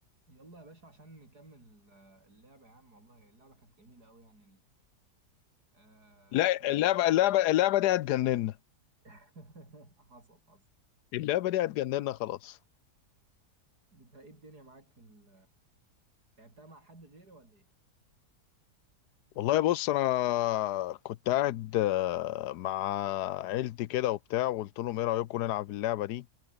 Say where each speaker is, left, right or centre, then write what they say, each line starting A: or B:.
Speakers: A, on the right (about 75°); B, on the left (about 80°).
A: يلا يا باشا عشان نكمل آه، اللعبة يا عم والله اللعبة كانت جميلة أوي يعني ال... آه
B: لا
A: أنت
B: اللعبة اللعبة اللعبة دي هتجننا
A: <laughs> حصل حصل
B: اللعبة دي هتجننا خلاص
A: أنت إيه الدنيا معاك في ال... لعبتها مع حد غيري ولا إيه؟
B: والله بص انا كنت قاعد آه، مع عيلتي كده وبتاع وقلت لهم ايه رأيكم نلعب اللعبة دي